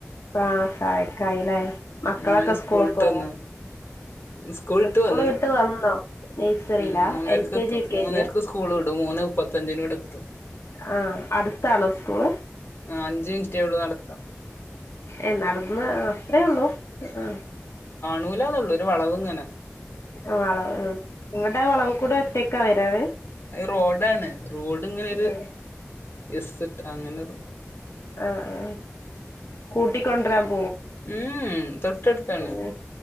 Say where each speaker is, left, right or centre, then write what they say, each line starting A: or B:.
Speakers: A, on the left; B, on the left.
A: ആഹ് ചായക്കായില്ലേ മക്കളൊക്കെ
B: മോന് സ്കൂൾട്ട്
A: സ്കൂള് പോയോ
B: വന്ന് സ്കൂൾട്ട്
A: സ്കൂള്
B: വന്ന്
A: വിട്ട് വന്നോ നഴ്സറിയിലാ
B: ഉം മൂന്നരക്ക്
A: എൽ കെ
B: എത്തും
A: ജി യു കെ
B: മൂന്നര്ക്ക്
A: ജിയാ
B: സ്കൂൾ വിടും മൂന്നെ മുപ്പത്തഞ്ചിന് ഇവ്ടെ എത്തും
A: ആ അടുത്താണോ സ്കൂള്
B: ആ അഞ്ച്മിൻറ്റേ ഒള്ളൂ നടത്ത
A: ഏ നടന്ന് അത്രേ ഒള്ളൂ ആ
B: നൂലാന്നുള്ളൂ ഒരു വളവ് ഇങ്ങനെ
A: ആ വളവ് ഹ് ഇങ്ങട്ട് ആ വളവ് കൂടെ ഒറ്റക്കാ വെരാവ്
B: അയ് റോഡാണ് റോഡ് ഇങ്ങനെ ഒരു
A: ആഹ്
B: എസ്സ്ട്ട് അങ്ങനൊരു
A: ആ ആ <unintelligible>
B: മ് മ് തൊട്ടട്ത്താണ്
A: ഉം